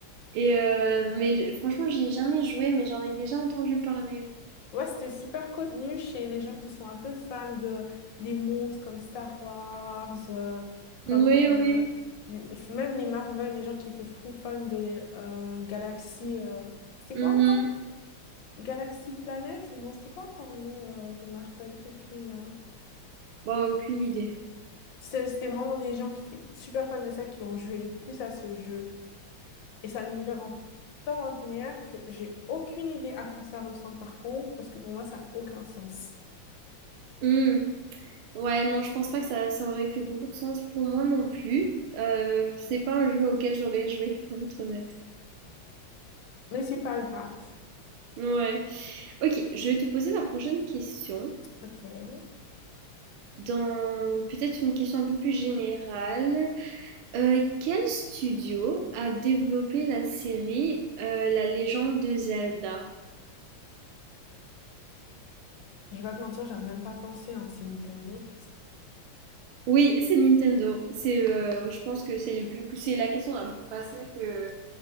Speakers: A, on the right (about 85°); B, on the left (about 65°).
A: Et euh, mais franchement, j'y ai jamais joué, mais j'en ai déjà entendu parler.
B: Ouais, c'était super connu chez les gens qui sont un peu fans de les montres comme Star Wars, euh, comme
A: Oui,
B: euh,
A: oui.
B: les- même les Marvel, les gens qui étaient fous fans de les, euh, Galaxy. euh, C'était
A: Mhm.
B: quoi encore? Galaxy Planet ou non? C'était quoi encore le nom euh, de Marvel, ce film-là?
A: Bah, aucune idée.
B: C'est- C'était vraiment des gens qui étaient super fans de ça, qui ont joué le plus à ce jeu. Et c'est un univers en tant linéaire que j'ai aucune idée à quoi ça ressemble par contre, parce que pour moi, ça n'a aucun sens.
A: Hmm. Ouais, non, je pense pas que ça, ça aurait fait beaucoup de sens pour moi non plus. Euh, c'est pas un jeu auquel j'aurais joué, <laughs> pour être honnête.
B: Mais c'est pas grave.
A: Ouais. Ok, je vais te poser la prochaine question.
B: Ok. Je
A: Dans peut-être une question un peu plus générale, Euh, quel studio a développé la série euh, La légende de Zelda?
B: vais pas te mentir, j'ai même pas pensé, hein, c'est Nintendo.
A: Oui, c'est Nintendo. C'est, euh, je pense que c'est le plus, c'est la question la plus facile que,